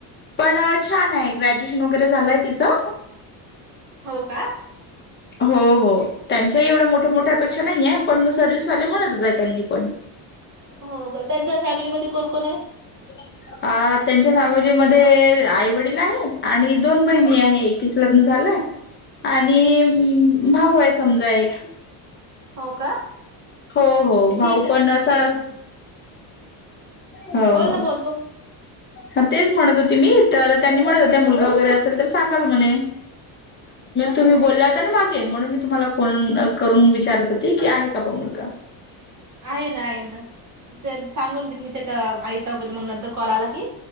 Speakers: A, on the left (about 25°); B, on the right (about 40°).
A: पण छान आहे ग्रॅज्युएशन वगैरे झालंय तिचं
B: हो का
A: हो हो त्यांच्याही एवढं मोठ्या मोठ्या अपेक्षा नाहीये पण सर्वि्हसवाले म्हणतच आहे त्यांनी पण
B: हो का त्यांच्या फॅमिलीमध्ये कोण कोण आहे
A: ती अ त्यांच्या फॅमिलीमध्येध्ये आई वडील आहे आणि दोन बहिणी आहे एकीच लग्न झालंय आणि भाऊ आहे समजा एक
B: हो का
A: हो हो भाऊ
B: ठीक आहे
A: पण असा
B: ठीक आहे
A: हो
B: बोल
A: हो
B: ना बोल बोल
A: ह तेच म्हणत होते मी तर त्यांनी म्हणत होत मुलगा वगैरे असेल तर सांगाल म्हणे तुम्ही बोलात मागे म्हणून मी तुम्हाला फोन करून विचारत होते की आहे का ब मुलगा
B: आहे ना आहे ना तर सांगून दिन मी त्याच्या आईचा वगैरे मग नंतर कॉल आला की